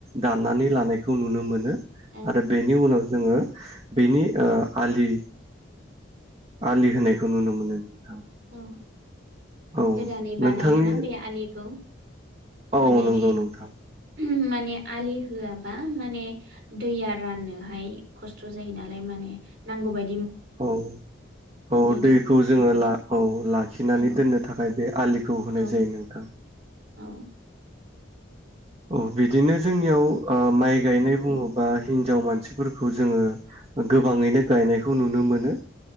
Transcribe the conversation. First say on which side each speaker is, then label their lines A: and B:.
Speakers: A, on the right; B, on the right.
A: दाननानै लानायखौ नुनो मोनो
B: औ
A: आरो बेनि उनाव जोङो बिनि ओ आलि आलि होनायखौ नुनो मोनो नोंथां
B: औ
A: औ
B: गोदानै बानायोना
A: नोंथांनि
B: बे आलिखौ
A: औ
B: माने
A: नोंगौ नोंथां।
B: <unintelligible> माने आलि होआबा माने दैया राननो हाय खस्थ' जायो नालाय माने नांगौबाय
A: औ औ दैखौ
B: थाखाय
A: जोङो ला औ लाखिनानै
B: आरो
A: दोननो थाखाय बे आलि खौ होनाय
B: औ
A: जायो नोंथां।
B: औ
A: औ बिदिनो जोंनियाव ओ माइ गायनाय बुङोबा हिन्जाव मानसिफोरखौ जोङो ओ गोबाङैनो गायनायखौ नुनो मोनो।